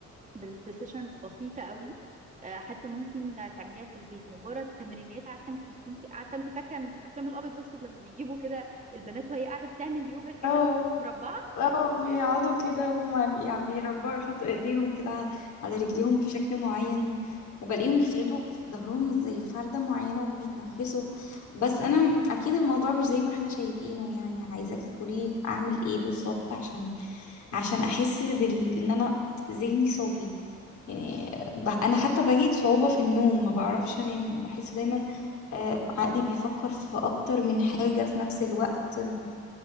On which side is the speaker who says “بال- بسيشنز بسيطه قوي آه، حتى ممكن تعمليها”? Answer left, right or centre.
Right